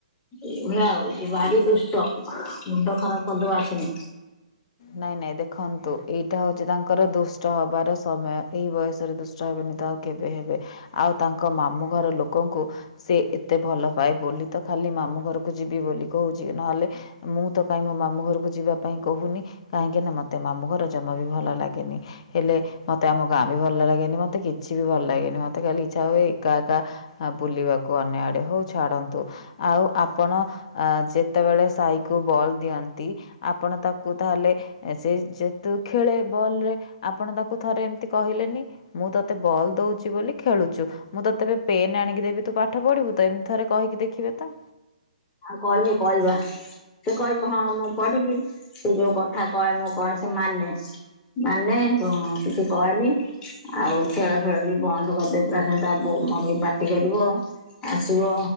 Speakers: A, on the left; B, on the left.
A: ଏ ଭଳିଆ ଆଉ ଭାରି ଦୁଷ୍ଟ ମୁଣ୍ଡ ଖରାପ କରିଦବ ଆସିନେ।
B: ନାଇଁ ନାଇଁ ଦେଖନ୍ତୁ ଏଇଟା ହଉଛି ତାଙ୍କର ଦୁଷ୍ଟ ହବାର ସମୟ, ଏଇ ବୟସ ରେ ଦୁଷ୍ଟ ହେବେନି ତ ଆଉ କେବେ ହେବେ? ଆଉ ତାଙ୍କ ମାମୁଁ ଘର ଲୋକଙ୍କୁ ସେ ଏତେ ଭଲ ପାଏ ବୋଲି ତ ଖାଲି ମାମୁଁ ଘରକୁ ଯିବି ବୋଲି କହୁଛି ନହେଲେ ମୁଁ ତ କାହିଁ ମୋ ମାମୁଁ ଘରକୁ ଯିବା କାଇଁ କହୁନି କାହିଁକି ନା ମତେ ମାମୁ ଘର ଜମା ବି ଭଲ ଲାଗେନି ହେଲେ ମତେ ଆମ ଗାଁ ବି ଭଲ ଲ ଲାଗେନି ମତେ କିଛି ବି ଭଲ ଲାଗେନି ମତେ ଖାଲି ଇଛା ହୁଏ ଏକା ଏକା ବୁଲିବାକୁ ଅନ୍ୟ ଆଡେ ହଉ ଛା ଆଡନ୍ତୁ ଆଉ ଆପଣ ଯେତେବେଳେ ସାଇକୁ ବଲ ଦିଅନ୍ତି ଆପଣ ତାକୁ ତାହେଲେ ସେ ଯେହେତୁ ଖେଳେ ବଲରେ ଆପଣ ତାକୁ ଥରେ ଏମିତି କହିଲେ ମୁଁ ତତେ ବଲ ଦଉଛି ବୋଲି ଖେଳୁଚୁ ମୁଁ ତତେ ଏବେ ପେନ୍ ଆଣିକି ଦେବି ତୁ ପାଠ ପଢିବୁତ, ଏମତି ଥରେ କହିକି ଦେଖିବେ ତ।
A: କହିହନି କହିବା ସେ କହିବୁ ହଁ ମୁଁ ପଢିବି ସେ ଯୋଉ କଥା କଥା କହେ ମୁଁ କହେ ସେ ମାନେ। ମାନେ କିଛି କହେନି ଆଉ ଖେଳ ଫେଳ ବି ବନ୍ଦ କରିଦେଇଥିଲା ପୁରା ସେନ୍ତିଆ ମମି ପାଟି କରିବ ଆସିବ